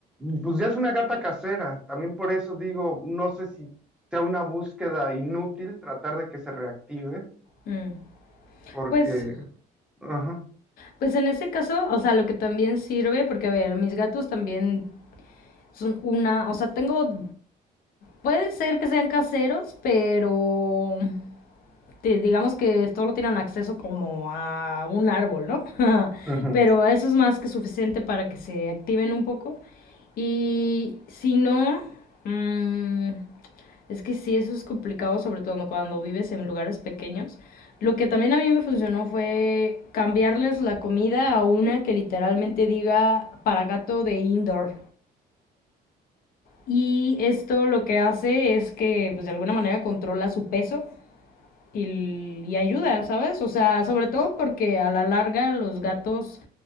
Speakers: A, in the centre; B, on the left.
A: pues ya es una gata casera, también por eso digo, no sé si sea una búsqueda inútil tratar de que se reactive,
B: Mm.
A: porque,
B: Pues
A: ajá,
B: Pues en ese caso, o sea, lo que también sirve, porque a ver, mis gatos también son una, o sea, tengo, puede ser que sean caseros, pero digamos que solo tienen acceso como a un árbol, ¿no? <laughs>
A: ujú,
B: Pero eso es más que suficiente para que se activen un poco. Y si no, mm, es que sí, eso es complicado, sobre todo cuando vives en lugares pequeños. Lo que también a mí me funcionó fue cambiarles la comida a una que literalmente diga para gato de indoor. Y esto lo que hace es que, pues de alguna manera controla su peso y, y ayuda, ¿sabes? O sea, sobre todo porque a la larga los gatos